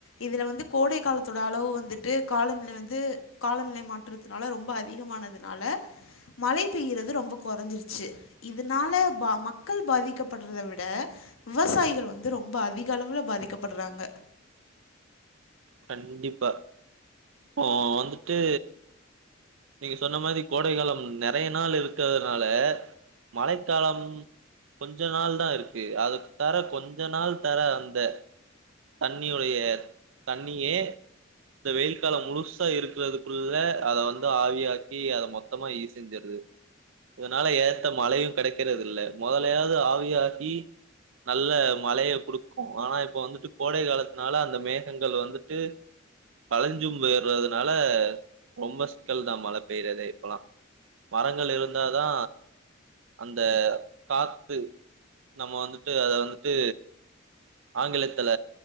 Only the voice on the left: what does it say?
இதுல வந்து கோடை காலத்தோட அளவு வந்துட்டு காலநிலை வந்து காலநிலை மாற்றதுனால ரொம்ப அதிகமானதுனால மழை பெய்றது ரொம்ப கொறஞ்சிருச்சு இதுனால பா மக்கள் பாதிக்கப்படுறத விவசாயிகள் வந் ந்து ரொம்ப அதிக அளவுல பாதிக்கப்பட்றாங்க